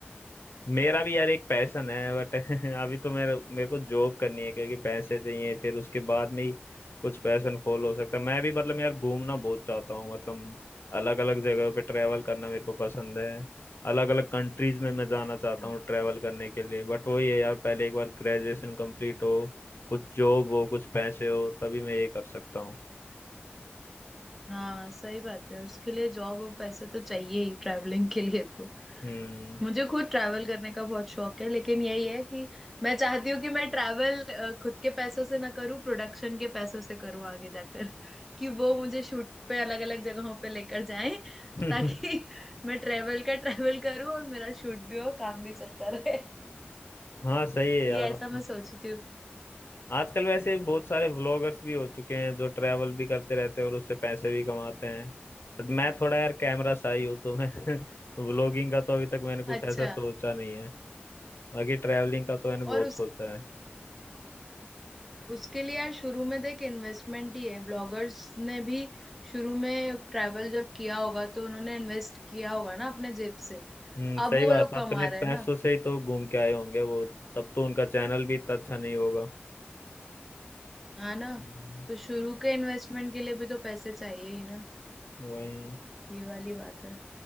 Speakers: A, on the left; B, in the centre.
A: मेरा भी यार एक पैशन है बट <laughs> अभी तो मेरे मेरे को जॉब करनी है क्योंकि पैसे चाहिए फिर उसके बाद में ही कुछ पैशन फॉल हो सकता है मैं भी मतलब यार घूमना बहुत चाहता हूँ मतलब अलग अलग जगह पे ट्रैवल करना मेरे को पसंद है अलग अलग कंट्रीज में मैं जाना चाहता
B: अच्छा
A: हूँ ट्रैवल करने के लिए बट वही है यार पहले एक बार ग्रेजुएशन कंप्लीट हो कुछ जॉब हो कुछ पैसे हो तभी मैं ये कर सकता हूँ
B: हाँ सही बात है उसके लिए जॉब और पैसे तो चाहिए ही ट्रैवलिंग के लिए तो
A: हम्म
B: मुझे खुद ट्रैवल करने का बहुत शौक है लेकिन यही है कि मैं चाहती हूँ कि मैं ट्रैवल खुद के पैसों से ना करूँ प्रोडक्शन के पैसों से करूँ आगे जाकर <laughs> कि वो मुझे शूट पे अलग अलग जगहों पे लेकर जाएं <laughs>
A: <laughs>
B: ताकि मैं ट्रैवल का ट्रैवल करूँ और मेरा शूट भी हो काम भी चलता रहे <laughs>
A: हाँ सही है यार
B: ये ऐसा
A: मतलब
B: मैं सोचती हूँ
A: आजकल वैसे बहुत सारे व्लॉगर्स भी हो चुके हैं जो ट्रैवल भी करते रहते हैं और उससे पैसे भी कमाते हैं बट मैं थोड़ा यार कैमरा शाई हूँ तो मैं <laughs> व्लॉगिंग का तो अभी तक मैंने कुछ
B: अच्छा
A: ऐसा सोचा नहीं है बाकी ट्रैवलिंग का तो मैंने बहुत
B: और उस
A: सोचा है
B: उसके लिए यार शुरू में देख इन्वेस्टमेंट ही है ब्लॉगर्स ने भी शुरू में ट्रैवल जब किया होगा तो उन्होंने इन्वेस्ट किया होगा ना अपने जेब से
A: हम्म सही
B: अब वो
A: बात
B: लोग
A: है
B: कमा
A: अपने
B: रहे हैं
A: पैसों
B: ना
A: से ही तो घूम के आए होंगे वो तब तो उनका चैनल भी इतना अच्छा नहीं होगा
B: है ना
A: हम्म,
B: तो शुरू के इन्वेस्टमेंट के लिए भी तो पैसे चाहिए ही ना
A: वही
B: ये वाली बात है